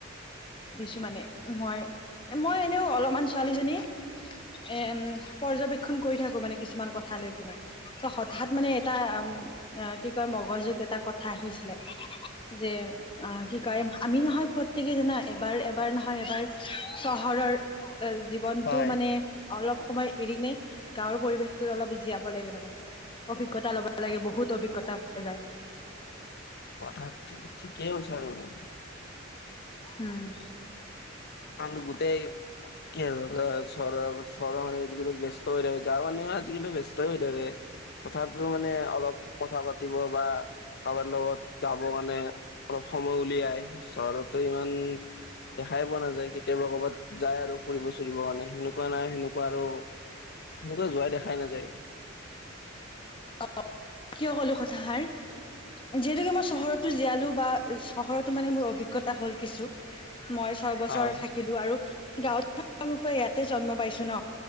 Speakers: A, on the left; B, on the left.
A: ভাবিছো মানে, মই-মই এনেও অলপমান ছোৱালীজনী এ উম, পৰ্যবেক্ষণ কৰি থাকো মানে কিছুমান কথা লৈ কিনে, ত হঠাৎ মানে এটা অ', কি কয় মগজুত এটা কথা আহিছিলে। যে অ', কি কয়, আমি নহয় প্ৰত্যেকে জানা এবাৰ-এবাৰ নহয় এবাৰ চহৰৰ জীৱনটো
B: হয়।
A: মানে অলপ সময় এৰিনে গাঁৱৰ পৰিৱেশটোত অলপ জীয়াব লাগে মানে। অভিজ্ঞতা ল'ব লাগে, বহুত অভিজ্ঞতা পোৱা যায়।
B: পথাৰ ঠি-ঠিকেই হৈছা ৰু।
A: উম।
B: মানুহ গোতেই কি আৰু <unintelligible> ধৰা চহৰৰ <unintelligible> ব্যস্ত হৈ থাকে, গাঁওৰ মানুহে আজিকালি ব্যস্ত হৈ থাকে। তথাপিও মানে অলপ কথা পাতিব বা কাৰোবাৰ লগত যাব মানে অলপ সময় উলিয়াই, চহৰতো ইমান দেখাই পোৱা নাযায়। কেতিয়াবা ক'ৰবাত যায় আৰু ফুৰিব চুৰিব কাৰণে সেনেকুৱা নাই সেনেকুৱা আৰু কতো যোৱাই দেখাই নাযায়।
A: অ', কিয় কলো কথাষাৰ? যিহেতুকে মই চহৰতো জীয়ালো বা চহৰতো মানে মোৰ অভিজ্ঞতা হ'ল কিছু। মই ছয় বছৰ
B: হয়,
A: থাকিলোঁ আৰু গাঁৱত মই সৰুৰ পৰা ইয়াতে জন্ম পাইছো ন,